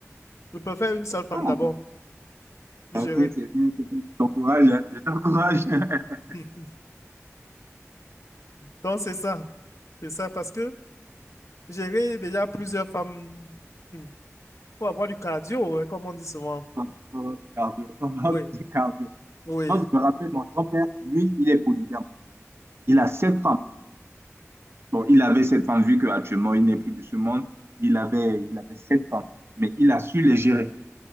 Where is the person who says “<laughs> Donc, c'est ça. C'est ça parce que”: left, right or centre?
Left